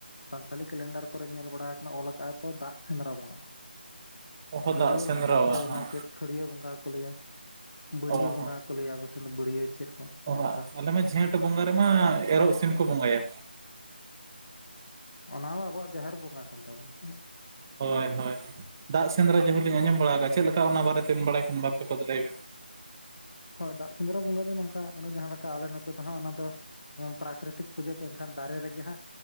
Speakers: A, on the left (about 80°); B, on the right (about 20°).
A: ᱥᱟᱱᱛᱟᱞᱤ ᱠᱮᱞᱮᱱᱰᱟᱨ ᱠᱚᱨᱮ ᱧᱮᱞ ᱵᱟᱲᱟ ᱟᱠᱟᱱᱟ ᱚᱞ ᱠᱟᱜ-ᱟ ᱠᱚ ᱫᱟᱜ ᱥᱮᱸᱫᱽᱨᱟ ᱵᱚᱸᱜᱟ
B: <inaudible>
A: ᱦᱟᱹᱭᱨᱟᱹᱲ
B: ᱥᱮᱸᱫᱽᱨᱟ
A: ᱵᱚᱸᱜᱟ ᱥᱮ ᱚᱱᱟ
B: ᱦᱚᱸ
A: ᱪᱮᱫ ᱠᱷᱟᱹᱲᱭᱟᱹ ᱵᱚᱸᱜᱟ ᱠᱚ ᱞᱟᱹᱭᱟ ᱵᱟᱹᱲᱭᱟᱹ
B: ᱚ
A: ᱵᱚᱸᱜᱟ
B: ᱦᱚᱸ
A: ᱠᱚ ᱞᱟᱹᱭᱟ ᱵᱮᱥ ᱚᱱᱟ ᱵᱟᱹᱲᱤᱭᱟᱹ ᱪᱮᱫ ᱠᱚ ᱚᱱᱮ
B: ᱚ ᱦᱟᱸᱜ
A: ᱚᱱᱠᱟ
B: ᱟᱞᱮ ᱢᱟ ᱡᱷᱮᱸᱴ ᱵᱚᱸᱜᱟ ᱨᱮᱢᱟ ᱮᱨᱚᱜ ᱥᱤᱢ ᱠᱚ ᱵᱚᱸᱜᱟᱭᱟ
A: ᱚᱱᱟ ᱢᱟ ᱟᱵᱚᱣᱟᱜ ᱡᱟᱦᱮᱨ ᱵᱚᱸᱜᱟ ᱠᱟᱱ ᱛᱟᱵᱚᱱᱟ ᱥᱮ
B: ᱦᱳᱭ ᱦᱳᱭ ᱫᱟᱜ ᱥᱮᱸᱫᱽᱨᱟ ᱡᱮᱦᱚ ᱞᱤᱧ ᱟᱸᱡᱚᱢ ᱵᱟᱲᱟ ᱟᱠᱟᱫ ᱪᱮᱫ ᱞᱮᱠᱟ ᱚᱱᱟ ᱵᱟᱨᱮᱛᱮᱢ ᱵᱟᱲᱟᱭ ᱠᱷᱟᱱ ᱵᱟᱨᱯᱮ ᱠᱚ ᱞᱟᱹᱭ ᱢᱮ
A: ᱦᱳᱭ ᱫᱟᱜ ᱥᱮᱸᱫᱽᱨᱟ ᱵᱚᱸᱜᱟ ᱫᱚ ᱱᱚᱝᱠᱟ ᱟᱠᱟᱱᱟ ᱡᱟᱸᱦᱟᱞᱮᱠᱟ ᱟᱞᱮ ᱱᱚᱛᱮ ᱫᱚ ᱦᱟᱸᱜ ᱚᱱᱟ ᱫᱚ ᱦᱚᱸ ᱯᱨᱟᱠᱨᱤᱛᱤᱠ ᱯᱩᱡᱟᱹ ᱫᱚ ᱮᱱᱠᱷᱟᱱ ᱫᱟᱨᱮ ᱨᱮᱜᱮ ᱦᱟᱸᱜ